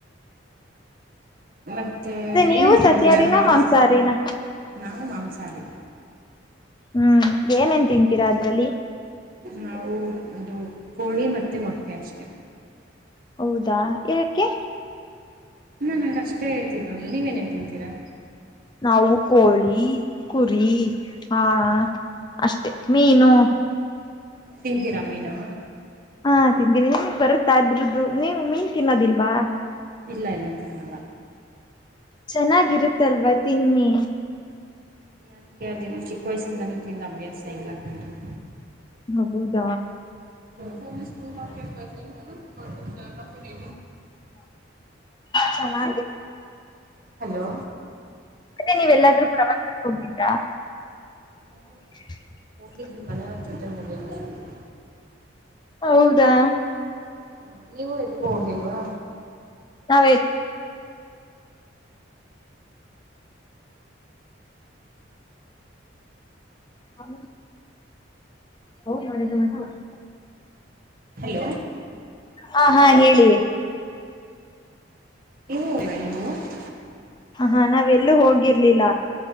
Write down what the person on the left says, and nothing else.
ನೀವು
ಸಸ್ಯಾಹಾರಿನ
ಮಾಂಸಾಹಾರಿನ
ಹ ಏನೇನ್ ತಿಂತೀರಾ ಅದ್ರಲ್ಲಿ
ಹೌದಾ ಯಾಕೆ
ನಾವು ಕೋಳಿ ಕುರಿ ಹ ಅಷ್ಟೆ ಮೀನು
ಹಾ ತಿಂತೀವಿ ನೀನ್ ಬರುತ್ತಾ ಇದ್ರ್ದದು ನೀನು ಮೀನ್ ತಿನ್ನೋದಿಲ್ವಾ
ಚೆನ್ನಾಗಿರುತ್ತಲ್ವಾ ತಿನ್ಿ
ಹೌದ
ಚೆನ್ನಾಗಿ ಇತ್ತ
ಮತ್ತೆ ನೀವೆಲ್ಲಾದ್ರೂ ಪ್ರವಾಸಕ್ಕೆ ಹೋಗಿದ್ರಾ
<inaudible>
ಹೌದಾ?
ನಾವೇ
ಹ ಹೌದೌದು <unintelligible>
ಹ ಹಾ ಹೇಳಿ.
ಹ ಹಾ ನಾವ್ ಎಲ್ಲೂ ಹೋಗಿರ್ಲಿಲ್ಲ.